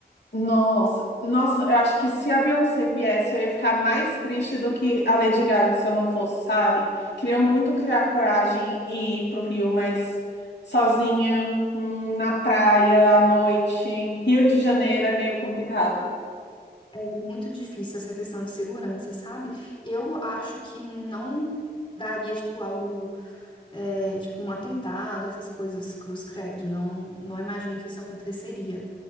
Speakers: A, on the left; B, on the left.
A: Nossa, nossa, eu acho que se a Beyoncé viesse, eu ia ficar mais triste do que a Lady Gaga se eu não fosse, sabe? Queria muito criar coragem e ir pro Rio, mas sozinha, hum, na praia, à noite, Rio de Janeiro é meio complicado.
B: É muito difícil essa questão de segurança, sabe? Eu acho que não daria, tipo, algo é, tipo um atentado, essas coisas, cruz credo. Não, não imagino que isso aconteceria.